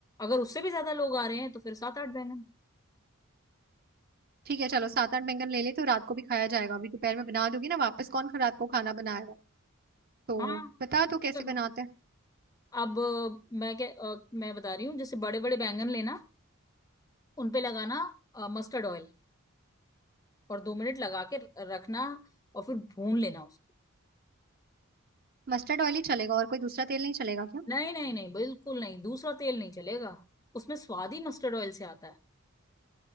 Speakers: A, on the left; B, on the right.
A: अगर उससे भी ज्यादा लोग आ रहे हैं तो फिर सात आठ बैंगन
B: ठीक है चलो सात आठ बैंगन ले ले तो रात को भी खाया जाएगा अभी दोपहर में बना दोगी ना वापस कौन खा- रात को खाना बनाएगा तो
A: हाँ
B: बता
A: इतने
B: दो कैसे
A: कर लो
B: बनाते हैं
A: अब अ, मैं क्या अ, मैं बता रही हूँ जैसे बड़े बड़े बैंगन लेना उन पे लगाना मस्टर्ड ऑयल और दो मिनट लगा के र- रखना और फिर भून लेना उसको
B: मस्टर्ड ऑयल ही चलेगा और कोई दूसरा तेल नहीं चलेगा क्या
A: नहीं नहीं नहीं बिल्कुल नहीं दूसरा तेल नहीं चलेगा उसमें स्वाद ही मस्टर्ड ऑयल से आता है